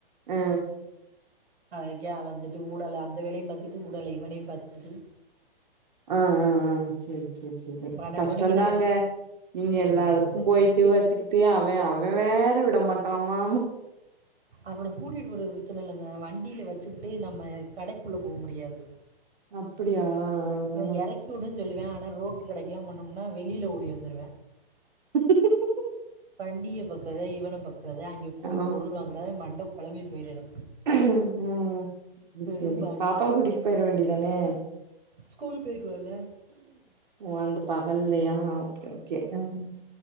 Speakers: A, on the right; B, on the right.
A: ஆ
B: அதுக்கே அலைஞ்சிட்டு ஊடலா அந்த வேலையு பாத்துட்டு ஊடலா இவனையு பாத்துக்கிட்டு
A: ஆஹ் ஆஹ் ஆஹ் சரி சரி சரி
B: பன்னெண்டு
A: கஷ்டோந்தாங்க
B: மணிக்கு நா
A: நீங்க எல்லா
B: ரொம்ப
A: எடத்துக்கும் போயிட்டு வச்சுக்கிட்டு அ வ அவ வே ற விட மாட்டாம்மா
B: அவன கூட்டிட்டு போறது பிரச்சன இல்லைங்க வண்டியில வச்சுக்கிட்டு நம்ம கடைக்குள்ள போ முடியாது
A: அப்டியா ஆ
B: அ எறக்கி விடுன்னு சொல்லுவா ஆனா ரோட்டு கடைக்கெல்லா போணோம்னா வெளில ஓடி வந்துருவ
A: <inaudible>
B: வண்டிய பாக்றதா இவன பாக் கறதா அங்க போய்
A: ஆ
B: பொருள் வாங்கறதா மண்ட கெளம்பி போய்றதா
A: உம் சேரி
B: பெரும்பாடு
A: சேரி பாப்பா கூட்டிட் போயற வேண்டியது அதானே
B: ஸ்கூல் போயிட்டு வரல
A: அ அந்த வல்லயா ஓகே ஓகே ம்